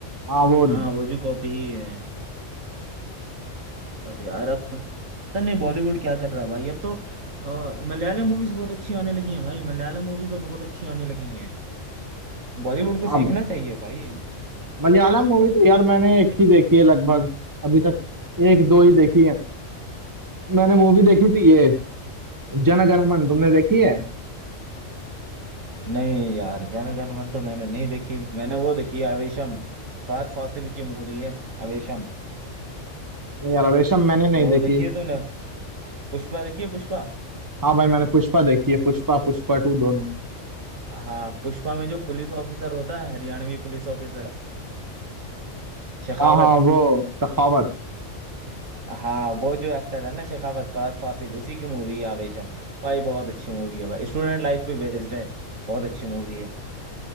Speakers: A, on the right; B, on the right.
A: हाँ वो
B: हाँ वो भी कॉपी ही है तो यार अब पता नहीं बॉलीवुड क्या कर रहा है भाई अब तो अ, मलयालम मूवीज बहुत अच्छी आने लगी हैं भाई मलयालम मूवीज तो बहुत अच्छी आने लगी हैं बॉलीवुड को
A: हाँ
B: सीखना चाहिए भाई
A: मलयालम मूवी तो यार मैंने एक ही देखी है लगभग अभी तक एक दो ही देखी है मैंने मूवी देखी थी ये जनगणमन तुमने देखी है
B: नहीं यार जनगण मन तो मैंने नहीं देखी मैंने वो देखी है आवेशम फहद फासिल की मूवी है आवेशम
A: नहीं यार रेशम मैंने नहीं
B: वो
A: देखी
B: देखी है तूने पुष्पा देखी है पुष्पा
A: हाँ भाई मैंने पुष्पा देखी है पुष्पा पुष्पा टू दोनों
B: हाँ पुष्पा में जो पुलिस ऑफिसर होता है हरियाणवी पुलिस ऑफिसर शेखावत
A: हाँ हाँ वो सखावत
B: हाँ वो जो एक्टर है ना शेखावत फहद फासिल उसी की मूवी है आवेशम भाई बहुत अच्छी मूवी है भाई स्टूडेंट लाइफ पे बेस्ड है बहुत अच्छी मूवी है